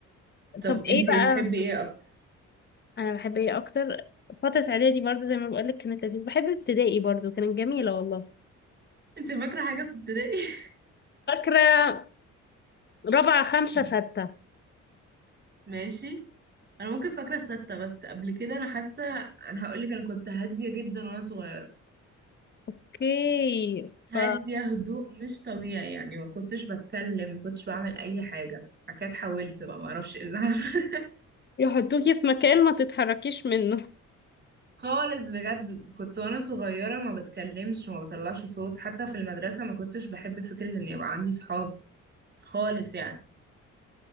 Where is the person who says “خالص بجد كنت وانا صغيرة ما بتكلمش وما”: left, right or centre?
Right